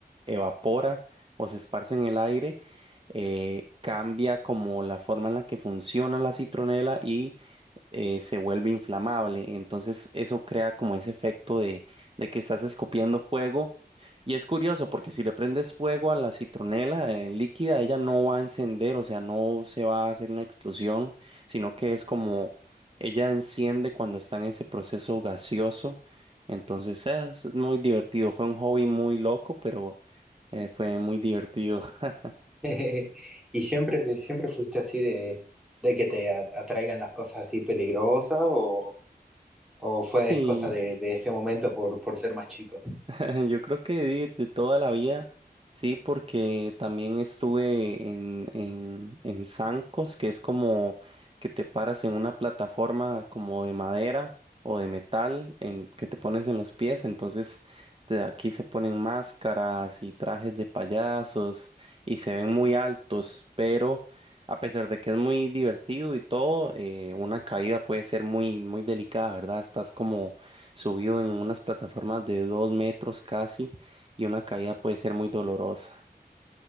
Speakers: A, on the right; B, in the centre.
A: evapora o se esparce en el aire, eh, cambia como la forma en la que funciona la citronela y eh, se vuelve inflamable. Entonces eso crea como ese efecto de, de que estás escupiendo fuego. Y es curioso porque si le prendes fuego a la citronela eh, líquida, ella no va a encender, o sea, no se va a hacer una explosión, sino que es como ella enciende cuando está en ese proceso gaseoso. Entonces es muy divertido, fue un hobby muy loco, pero eh, fue muy divertido. <laughs>
B: <laughs> ¿Y siempre, siempre fuiste así de, de que te a- atraigan las cosas así peligrosas o, ¿O fue
A: Sí.
B: es cosa de, de ese momento por, por ser más chico?
A: <laughs> Yo creo que de, de toda la vida, sí, porque también estuve en, en, en zancos, que es como que te paras en una plataforma como de madera o de metal en, que te pones en los pies, entonces te- aquí se ponen máscaras y trajes de payasos y se ven muy altos, pero a pesar de que es muy divertido y todo, eh, una caída puede ser muy, muy delicada, ¿verdad? Estás como subido en unas plataformas de dos metros casi y una caída puede ser muy dolorosa.